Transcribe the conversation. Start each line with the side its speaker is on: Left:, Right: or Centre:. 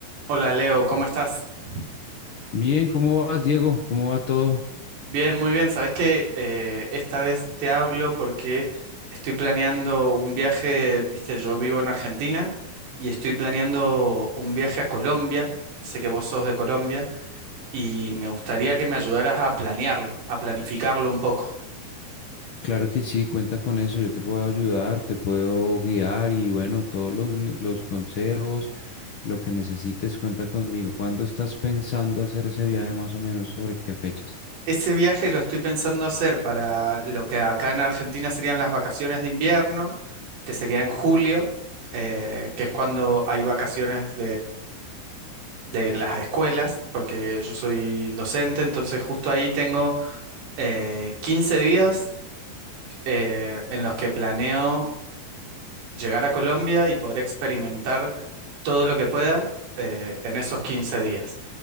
Right: Hola Leo, ¿cómo estás?
Left: Bien, ¿cómo vas, Diego? ¿Cómo va todo?
Right: Bien, muy bien. Sabes que eh, esta vez te hablo porque estoy planeando un viaje, viste, yo vivo en Argentina y estoy planeando un viaje a Colombia. Sé que vos sos de Colombia y me gustaría que me ayudaras a planearlo, a planificarlo un poco.
Left: Claro que sí, cuenta con eso. Yo te puedo ayudar, te puedo guiar y bueno, todos los, ne- los consejos, lo que necesites, cuenta conmigo. ¿Cuándo estás pensando hacer ese viaje más o menos? ¿Sobre qué fechas?
Right: Ese viaje lo estoy pensando hacer para lo que acá en Argentina serían las vacaciones de invierno, que sería en julio, eh, que es cuando hay vacaciones de las escuelas, porque yo soy docente, entonces justo ahí tengo eh, 15 días eh, en los que planeo llegar a Colombia y poder experimentar todo lo que pueda eh, en esos 15 días.